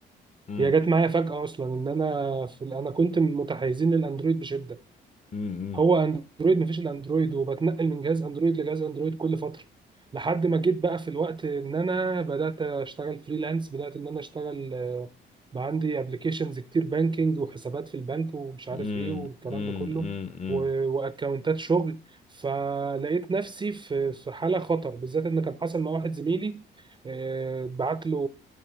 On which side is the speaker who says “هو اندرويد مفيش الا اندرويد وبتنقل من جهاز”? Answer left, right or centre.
Right